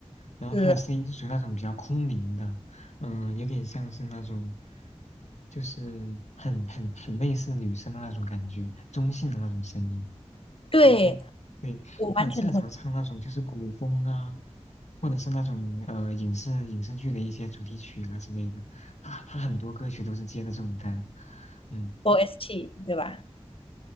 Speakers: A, on the left; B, on the left.
A: 然后他的声音是属于那种比较空灵的，
B: 是，
A: 嗯，有点像是那种就是很很很类似女生的那种感觉，中性的那种声音。
B: 对，
A: 然后对，
B: 我完全同意
A: 他很擅长唱那种就是古风啊，或者是那种呃影视影视剧的一些主题曲啊之类的。他他很多歌曲都是接的这种单，嗯
B: OST，对吧？